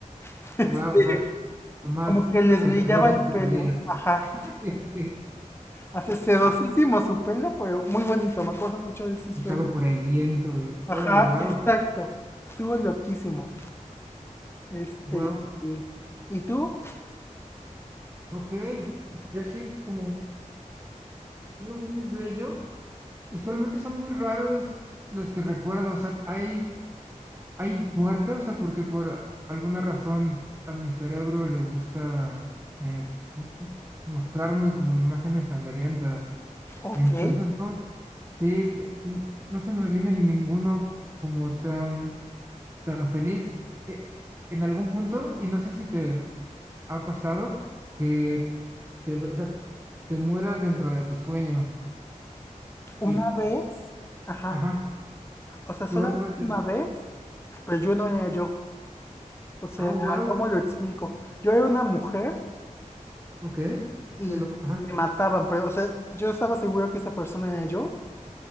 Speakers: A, on the left; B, on the right.
A: <laughs> Este,
B: wow, o sea, lo más
A: como que les
B: sedoso
A: brillaba el
B: que se
A: pelo.
B: podía.
A: Ajá.
B: <laughs> Sí, sí.
A: Hace sedosísimo
B: A-
A: su pelo, pero muy bonito. Me acuerdo mucho de ese
B: agitado
A: sueño.
B: por el viento y
A: Ajá,
B: órale, wow,
A: exacto. Estuvo loquísimo. Este,
B: wow,
A: y, ¿y tú?
B: ok. Yo sí, como uno muy bello, usualmente son muy raros los que recuerdo, o sea, hay, hay muerte, o sea, porque por alguna razón a mi cerebro le gusta eh, m- m- mostrarme como imágenes sangrientas.
A: Ok.
B: Entonces, no, sí, te- n- no se me viene ninguno como tan, tan feliz. eh, en algún punto, y no sé si te ha pasado que te, o sea, que mueras dentro de tu sueño
A: Una
B: y,
A: vez. Ajá.
B: ajá,
A: O sea, solamente
B: lo vas, vas, te-
A: una vez, pero yo no era yo. O sea,
B: ah, wow,
A: ¿cómo lo explico? Yo era una mujer
B: ok,
A: y
B: qué loco, ajá,
A: me mataban, pero, o sea, yo estaba seguro que esa persona era yo,